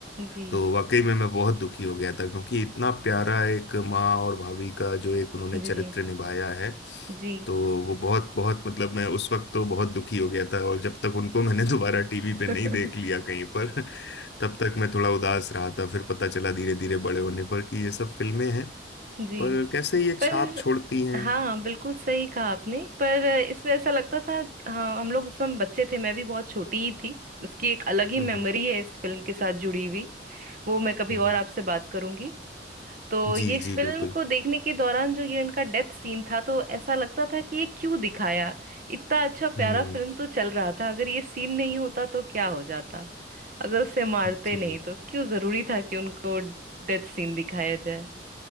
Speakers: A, on the right; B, on the left.
A: जी
B: तो वाकई में मैं बहुत दुखी हो गया था क्योंकि इतना प्यारा एक माँ और भाभी का जो एक उन्होंने
A: जी
B: चरित्र निभाया है
A: जी
B: तो वो बहुत बहुत मतलब मैं उस वक्त तो बहुत दुखी हो गया था और जब तक उनको मैंने <laughs> दोबारा टीवी पे
A: <laughs>
B: नहीं देख लिया कहीं पर तब तक मैं थोड़ा उदास रहा था फिर पता चला धीरे धीरे बड़े होने पर कि ये सब फिल्में हैं
A: जी
B: पर कैसे ये छाप
A: पर
B: छोड़ती हैं
A: हाँ
B: हम्म
A: बिल्कुल सही कहा आपने पर इसमें ऐसा लगता था हाँ हम लोग उस समय बच्चे थे मैं भी बहुत छोटी ही थी उसकी एक अलग ही
B: हम्म
A: मेमोरी है इस फिल्म के साथ जुड़ी हुई वो मैं कभी
B: हम्म। हम्म।
A: और आपसे बात करूंगी तो
B: जी
A: ये फिल्म
B: जी बिल्कुल
A: को देखने के दौरान जो ये इनका डेथ सीन था तो ऐसा लगता था कि ये क्यों दिखाया इतना अच्छा प्यारा
B: हम्म
A: फिल्म तो चल रहा था अगर ये सीन नहीं होता तो क्या हो जाता अगर उसे मारते
B: जी
A: नहीं तो क्यों जरूरी था कि उनको डेथ सीन दिखाया जाए